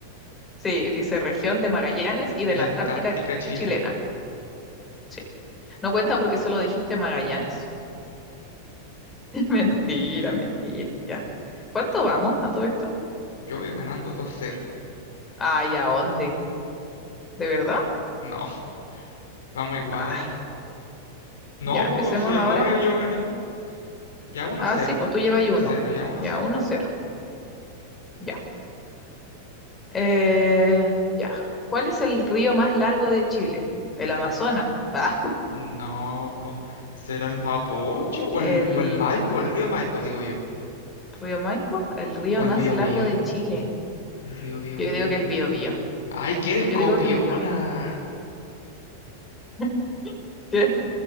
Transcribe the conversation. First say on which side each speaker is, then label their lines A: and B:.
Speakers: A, on the left (about 20°); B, on the left (about 70°).
A: Sí, dice región de Magallanes y
B: y
A: de
B: la
A: la Antártica
B: Antártica chilena.
A: chilena. Sí. No cuenta porque solo dijiste Magallanes. <laughs> Mentira, mentira, ya. ¿Cuánto vamos a todo esto?
B: Yo voy ganando 2-0.
A: Ay, ¿a dónde? ¿De verdad?
B: No, <laughs> vamos iguales.
A: Ay,
B: No,
A: ya,
B: pues
A: empecemos
B: si ahora
A: ahora.
B: yo gané, ya 1-0.
A: Ah, sí, pues tú llevas
B: 1-0,
A: ahí uno.
B: ya 1-0.
A: Ya, uno cero. Ya. Eh, ya. ¿Cuál es el río más largo de Chile? El Amazonas. <laughs> Ah,
B: No, pues será el Mapocho o
A: el
B: el, o el Maipo, el río Maipo, digo yo.
A: río Maipo, el río
B: O el
A: más
B: Biobío,
A: largo de Chile.
B: el río Biobío.
A: Yo digo que el Biobío.
B: Ay, que eres
A: Yo
B: copiona.
A: digo que el Biobío. <laughs> ¿Qué?